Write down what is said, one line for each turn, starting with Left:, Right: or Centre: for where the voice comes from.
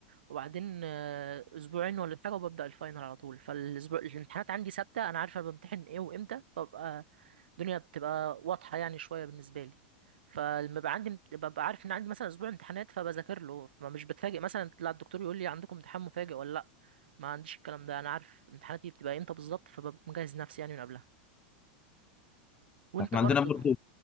Right: وبعدين آه، اسبوعين ولا حاجه وببدا الفاينل على طول فالاسبوع الامتحانات عندي ثابته انا عارف انا بمتحن ايه وامتى فببقى الدنيا بتبقى واضحة يعني شوية بالنسبة لي فلما ببقى عندي ببقى عارف ان عندي مثلا اسبوع امتحانات فبذاكر له فمش بتفاجئ مثلا لا الدكتور يقول لي عندكم امتحان مفاجئ ولا لا ما عنديش الكلام ده انا عارف امتحاناتي بتبقى امتى بالظبط فببقى مجهز نفسي يعني من قبلها وانت
Left: احنا
Right: برضو
Left: عندنا برضو